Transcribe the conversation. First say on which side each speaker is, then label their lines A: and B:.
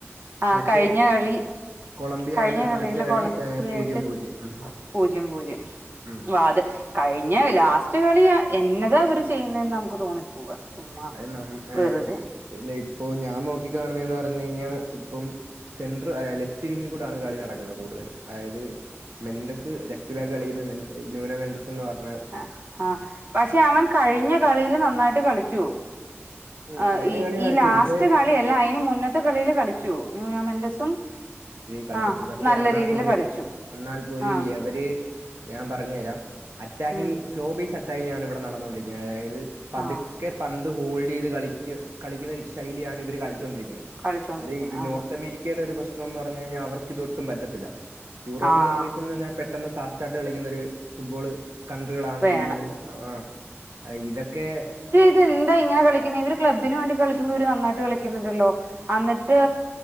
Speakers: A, on the right (about 50°); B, on the right (about 80°).
A: ആഹ്
B: മറ്റേ
A: കഴിഞ്ഞ കളി
B: കൊളംബിയ
A: കഴിഞ്ഞ
B: ആണ്
A: കളിയില്
B: കളിച്ച കളി
A: കൊളംബിയ
B: പൂജ്യം
A: ആയിട്ട്
B: പൂജ്യം ഉം
A: പൂജ്യം പൂജ്യം
B: ഉം
A: വ അത് കഴിഞ്ഞ ലാസ്റ്റ് കളി എന്നതാ അവര് ചെയ്യുന്നതന്ന് നമുക്ക് തോന്നി പോവാ ചുമ്മാ
B: അത് നം ഏഹ്
A: വെറുതെ
B: ഇല്ല ഇപ്പൊ ഞാൻ നോക്കി കാണുന്നെ പറഞ്ഞു കഴിഞ്ഞാ ഇപ്പം സെന്റർ ലെഫ്റ്റ് വിങ്ങി കൂടെണ് കളി നടക്കുന്നത് കൂടുതലും അതായത് മെൻറസ് ലെഫ്റ്റ് റ്റ് ബാഗ് കളിക്കുന്ന ന്യൂന മെൻറസ എന്ന് പറഞ്ഞാ
A: ആ ആഹ് പക്ഷെ അവൻ കഴിഞ്ഞ കളിയില് നന്നായിട്ട് കളിച്ചു
B: ഉം
A: ആഹ്
B: കഴിഞ്ഞ
A: ഈ
B: കളി
A: ഈ
B: കളിച്ചു
A: ലാസ്റ്റ്
B: പക്ഷെ
A: കളിയല്ല അതിന് മുന്നത്തെ കളില് കളിച്ചു ന്യൂനോമെന്റസും
B: കളിച്ചിട്ടുള്ളു
A: ആഹ്
B: പക്ഷെ
A: നല്ല
B: എന്നാ
A: രീതിൽ
B: പോലും
A: കളിച്ചു
B: എന്നാൽ പോലും
A: ആഹ്
B: യവര് ഞാൻ പറഞ്ഞു തരാം അറ്റാക്കിങ്
A: ഉം
B: സ്ലോ ബീസ് അറ്റാക്കിംഗണ് ഇവിടെ നടന്നുകൊണ്ടിരിക്കുന്നത് അതായത് പത്
A: ആഹ്
B: ക്കെ പന്ത് ഹോൾഡേയ്ത് കളിക്കു കളിക്കുന്ന ശൈലിയാണ് ഇവര് കളിച്ചോണ്ടിരിക്കുന്നെ
A: കളിച്ചോണ്ടിരിക്കുന്നു
B: അത് ഈ
A: ആഹ്
B: നോർത്ത് അമേരിക്കയുടെ ഒരു പ്രശ്ന ന്ന് പറഞ്ഞഴിഞ്ഞാ അവർക്ക് ഇതൊട്ടും പറ്റത്തില്ല യൂറോപ്യൻ
A: ആഹ്
B: കൺഡ്രീംസ് ന്ന് പറഞ്ഞാ പെട്ടെന്ന് ഫാസ്റ്റായിട്ട് കളിക്കുന്ന ദ് ഫുട്ബോള് കൺട്രികളാണ്
A: വേണം
B: കൂടുതല് ആഹ് ഇതൊക്കെ
A: ഇതെന്താ ഇങ്ങനെ കളിക്കുന്നെ ഇവര് ക്ലബ്ബിന് വേണ്ടി കളിക്കുമ്പോ ഇവര് നന്നായിട്ട് കളിക്കുന്നുണ്ടല്ലോ അന്നിട്ട്